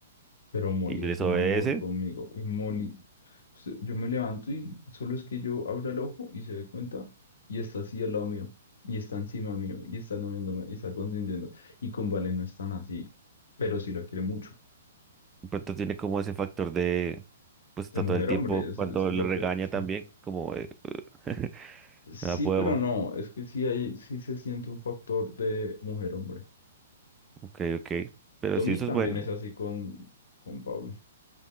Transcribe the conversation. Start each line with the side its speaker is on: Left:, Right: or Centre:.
Left: Pero Molly
Right: Y les
Left: es un
Right: obedece.
Left: amor conmigo. Uy, Molly, se- yo me levanto y solo es que yo abro el ojo y se dé cuenta y está así al lado mío y está encima mío y está lamiéndome y está consintiendo. Y con Vale no es tan así, pero sí lo quiere mucho.
Right: De Pronto tiene como ese factor de, pues está
Left: De mujer,
Right: todo el tiempo
Left: a hombre, es,
Right: cuando
Left: es lo
Right: le regaña
Left: que sí.
Right: también, como de, <laughs>
Left: Sí,
Right: nada puedo,
Left: pero no, es que sí, hay, sí se siente un factor de mujer, hombre.
Right: ok, ok. Pero
Left: Tommy
Right: si eso
Left: también
Right: es bueno,
Left: es así con, con Pablo